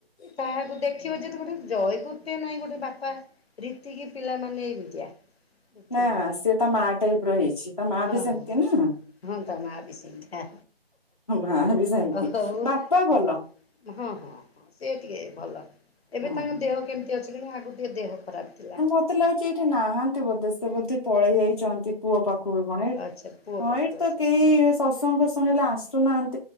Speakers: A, on the left (about 80°); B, on the left (about 35°).
A: କାହାକୁ ଦେଖିବ ଯଦି ଗୋଟେ ଜୟକତେ ନାଇଁ ଗୋଟେ ବାକ ହଏ ରୀତିିକି ପିଲାମାନେ ଏମିତିଆ ବୁଝିଲେ
B: ନା
A: କି ନାଇଁ।
B: ସେ ତା ମାଆ ଟାଇପ ର ହେଇଛି ତା ମାଆ
A: ହଁ
B: ବି ସେମିତୀ
A: ହଁ ହଁ
B: ନା ।
A: ହଁ ତା ମାଆ ବିି ସେମିତିଆ।
B: ମା ବି ସେମିତି,
A: ହଉ ହଉ
B: ବାପା ଭଲ ।
A: ହଁ ହଁ ହଁ ସେ ଟିକେ ଭଲ ଏବେ
B: ହୁଁ
A: ତାଙ୍କ
B: ହୁଁ।
A: ଦେହ କେମିତି ଅଛି କିନ୍ତୁ ଆଗ ଟିକେ ଦେହ ଖରାପ ଥିଲା
B: ମତେ ଲାଗୁଛି ଏଇଠି ନାହାନ୍ତି ବୋଧେ ସେ ବୋଧେ ପଳେଇ ଯାଇଛନ୍ତି । ପୁଅ ପାଖକୁ ବି କଣ ଏଇ,
A: ଆଚ୍ଛା ପୁଅ
B: ହଁ
A: ପାଖକୁ
B: ଏଇଠି
A: ଆଚ୍ଛା
B: ତ କେହି
A: ଆଚ୍ଛା
B: ସତସଙ୍ଗ ଫସଙ୍ଗ ହେଲେ ଆସୁନାହାନ୍ତି ।